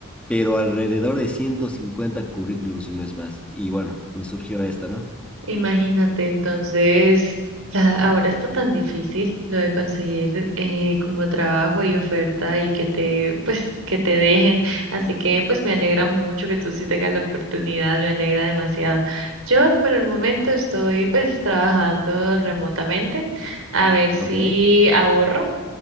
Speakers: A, in the centre; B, on the right (about 70°).
A: pero alrededor de 150 currículums y no es más. Y bueno, me surgió esta, ¿no?
B: Imagínate, entonces, la- ahora está tan difícil lo de conseguir eh, como trabajo y oferta y que te, pues, que te dejen. Así que, pues, me alegra mucho que tú sí tengas la oportunidad, me alegra demasiado. Yo, por el momento, estoy, pues, trabajando remotamente a ver si
A: Ok.
B: ahorro,